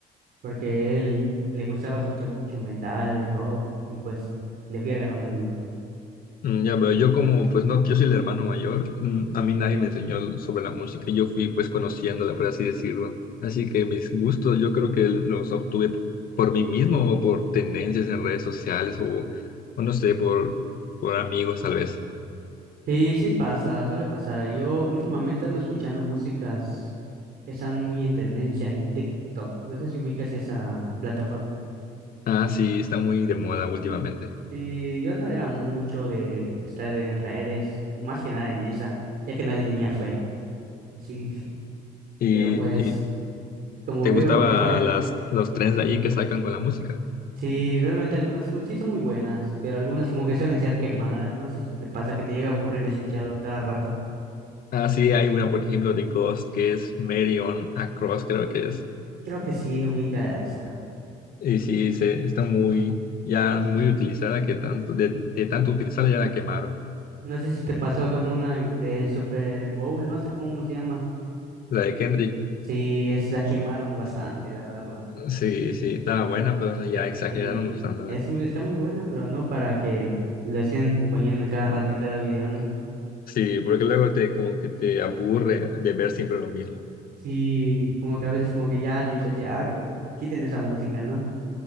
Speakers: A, on the right; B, on the left.
A: porque él le gustaba escuchar mucho metal, rock, y pues le fui agarrando el gusto.
B: Mm, ya veo, yo como pues no, yo soy el hermano mayor, mm, a mí nadie me enseñó sobre la música, yo fui pues conociéndola, por así decirlo. Así que mis gustos yo creo que los obtuve p- por mí mismo o por tendencias en redes sociales o, o no sé, por, por amigos tal vez.
A: Sí, sí pasa, suele pasar. Yo últimamente ando escuchando músicas que están muy en tendencia en TikTok. No sé si ubicas esa plataforma.
B: Ah, sí, está muy de moda últimamente.
A: Y yo no era mucho de estar en redes, más que nada en esa, ya que no le tenía fe. Sí, <laughs>
B: ¿Y,
A: pero pues
B: y
A: como
B: te
A: veo
B: gustaba
A: que varias,
B: las, los trends de ahí que sacan con la música?
A: sí, realmente algunas sí, sí son muy buenas, pero algunas como que suelen ser quemadas. No sé si te pasa que te llega a aburrir escucharlo a cada rato.
B: Ah, sí, hay una, por ejemplo, de Ghost, que es Mary on a Cross, creo que es.
A: Creo que sí ubica esa.
B: Y sí, se, está muy, ya muy utilizada, que tanto, de, de tanto utilizarla ya la quemaron.
A: No sé si te pasó con una de Super Bowl, no sé cómo se llama.
B: La de Kendrick,
A: Sí, es, la quemaron bastante, la verdad.
B: sí, sí, estaba buena, pero ya exageraron
A: Sí,
B: usándola.
A: es, muy- está muy buena, pero no para que lo estén poniendo en cada rato, en cada video, ¿no?
B: Sí, porque luego te, como que te aburre de ver siempre lo mismo.
A: Sí, como que a veces como que ya dices, ya, que quiten esa música, ¿no?